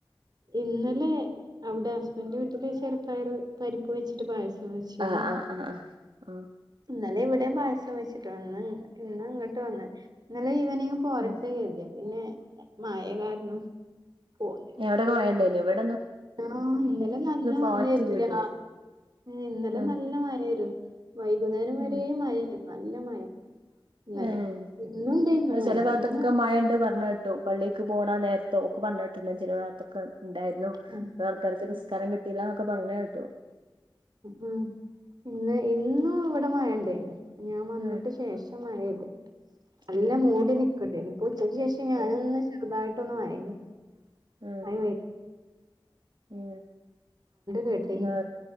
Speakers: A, on the right; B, on the right.
A: ഇന്നലെ അവിടെ ഹസ്ബൻഡിന്റെ വീട്ടില് ചെറുപ്പയർ പരിപ്പ് വെച്ചിട്ട് പായസം. വെച്ചിരുന്നു
B: ആഹ് ആഹ് ആഹ് ആഹ് ആഹ്.
A: ഇന്നലെ ഇവിടെയും പായസം വെച്ചിട്ട് വന്ന് ഇന്ന് ഇങ്ങട്ട് വന്ന് ഇന്നലെ ഈവനിംഗ്. പോരട്ടെ
B: ഉം
A: കരുതി പിന്നെ മയ കാരണം പോന്നില.
B: അവിടൊക്കെ മഴ ണ്ടേയ് നിയോ ഇവി
A: ആഹ് ഇന്നലെ നല്ല മഴായിരുന്നു
B: പാറ്റി പോയിട്ടുള്ളൂ
A: രാ ഇന്നലെ
B: ആഹ്
A: നല്ല മഴേരുന്നു വൈകുന്നേരം
B: ഉം
A: വരെ നല്ല മഴേരുന്നു നല്ല മഴ. ഇന്നലെ
B: അഹ്
A: ഇന്നുണ്ടായിരുന്നു
B: അത്
A: മഴ
B: ചില ഭാഗത്തൊക്കെ
A: ഇന്ന്
B: മയണ്ട് പറഞ്ഞേട്ട. ട്ടു പള്ളിക്ക് പോണ നേരത്തോ ഒക്കെ പറഞ്ഞിട്ടുണ്ട് ചില. തൊക്കെ ഉണ്ടായിരുന്നു കുറേ
A: ഉം
B: ആൾക്കാർക്ക്
A: ഉം
B: നിസ്കാരം കിട്ടിയിലാന്നൊക്കെ പറഞ്ഞേട്ടു.
A: ഉം ഇന്ന് ഇന്നും ഇവിടെ മയണ്ടേനു ഞാൻ വന്നിട്ട്
B: ഉം
A: ശേഷം. മഴ പെയ്തേ നല്ല
B: ഉം
A: മൂടി നിക്കണ്ടേനിപ്പോ ഉച്ചയ്ക്ക് ശേഷം. പക്ഷെ ഞാനൊന്ന്
B: ഓ
A: ചെറുതായിട്ടൊന്ന് മയങ്ങി
B: ആഹ്
A: മയ.
B: ഉം
A: കേട്ടീനി
B: ന്നാ